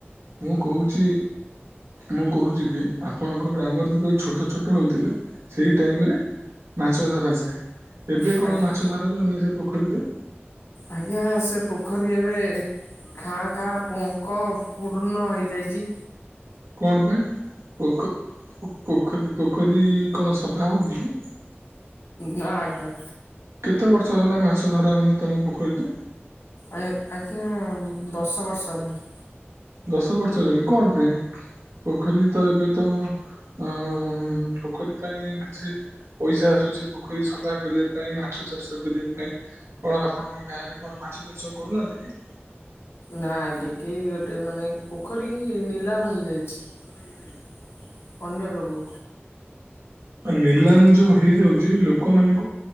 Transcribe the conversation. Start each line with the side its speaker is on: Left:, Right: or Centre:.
Right: ମୁଁ କହୁଚି ମୁଁ କହୁଚି କି ଆପଣଙ୍କ ଗ୍ରାମରେ ଯେତେବେଳେ ଛୋଟ ଛୋଟ ହୋଇଥିଲେ ସେଇ ଟାଇମରେ ମାଛ ଧରାଯାଏ ଏବେ
Left: ଆଜ୍ଞା
Right: କଣ
Left: ଆଜ୍ଞା।
Right: ମାଛ ଧରାଯାଉ ସେ ପୋଖରୀରେ?
Left: ଆଜ୍ଞା ସେ ପୋଖରୀ ଏବେ ଖାଁ ଖାଁ ପଙ୍କ ପୂର୍ଣ୍ଣ ହେଇଯାଇଚି।
Right: କଣ ପାଇଁ ପୋଖ ପୋଖରୀ ପୋଖରୀ କଣ ସଫା ହଉନି କି?
Left: ନାଁ ଆଜ୍ଞା।
Right: କେତେ ବର୍ଷ ହେଲା ମାଛ ଧରା ହଉନି ତମ ପୋଖରୀରେ।
Left: ଆ ଆଜ୍ଞା ଦଶ ବର୍ଷ ହେଲାଣି।
Right: ଦଶ ବର୍ଷ ହେଲାଣି କଣ ପାଇଁ? ପୋଖରୀ ତ ଏବେ ତ ଅ ପୋଖରୀ ପାଇଁ କିଛି ପଇସା ଆସୁଛି ପୋଖରୀ ସଫା କରିବା ପାଇଁ ମାଛ ଚାଷ କରିବା ପାଇଁ। କଣ ଆପଣଙ୍କ ଗାଁ ରେ କଣ ମାଛ ଚାଷ କରୁନାହାନ୍ତି କି?
Left: ନା ଆଜ୍ଞା କି ଗୋଟେ ମାନେ ପୋଖରୀ କି ନିଲାମ ହେଇଯାଇଛି। ଅନ୍ୟ ଲୋକ
Right: ନିଲାମ ଯୋଉ ହେଇଯାଉଛି ଲୋକମାନେ